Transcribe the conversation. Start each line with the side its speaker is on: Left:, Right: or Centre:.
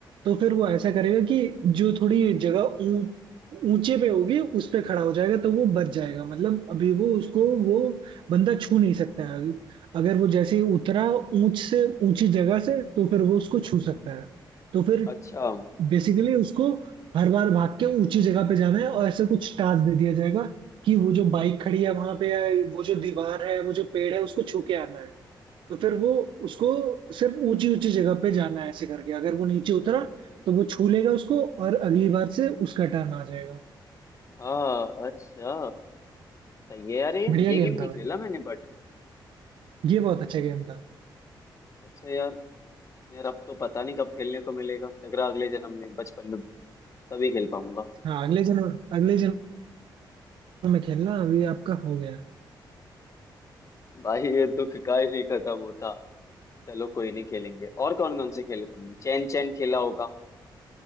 Right: तो फिर वो ऐसा करेगा कि जो थोड़ी जगह ऊंच ऊंचे पे होगी उस पे खड़ा हो जाएगा तो वो बच जाएगा मतलब अभी वो उसको वो बंदा छू नहीं सकता है अगर वो जैसे ही उतरा ऊंच से ऊंची जगह से तो फिर वो उसको छू सकता है तो फिर
Left: अच्छा
Right: बेसिकली उसको हर बार भाग के ऊंची जगह पे जाना है और ऐसे कुछ टास्क दे दिया जाएगा कि वो जो बाइक खड़ी है वहां पे है, वो जो दीवार है वो जो पेड़ है उसको छू के आना है तो फिर वो उसको सिर्फ ऊंची ऊंची जगह पे जाना है ऐसे करके अगर वो नीचे उतरा तो वो छू लेगा उसको और अगली बार से उसका टर्न आ जाएगा
Left: हाँ अच्छा सही है यार ये
Right: बढ़िया
Left: ये
Right: गेम
Left: गेम नहीं
Right: था भाई
Left: खेला मैंने बट
Right: ये बहुत अच्छा गेम था
Left: अच्छा यार यार अब तो पता नहीं कब खेलने को मिलेगा लग रहा अगले जन्म में बचपन में तभी खेल पाऊंगा
Right: हाँ अगले जन्म अगले जन्म में खेलना अभी आपका हो गया है।
Left: भाई ये दुख काहे नहीं खत्म होता चलो कोई नहीं खेलेंगे और कौन कौन से खेले तुमने चैन चैन खेला होगा